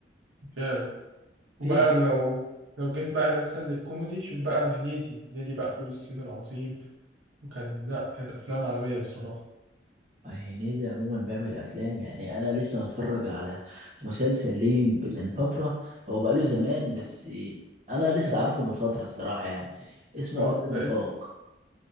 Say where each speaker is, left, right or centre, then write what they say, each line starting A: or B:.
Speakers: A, on the right; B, on the right.
A: فعلا وبقى
B: في
A: لو لو جيت بقى مثلا للكوميدي شوف بقى هنيدي هنيدي بقى فول الصين العظيم وكان لا كانت أفلام عالمية بصراحة
B: هنيدي عموما بيعمل افلام يعني انا لسه متفرج على مسلسل ليه من فتره هو بقاله زمان بس انا لسه عارفه من فتره الصراحه يعني اسمه
A: اه
B: ارض النفاق
A: ده اسم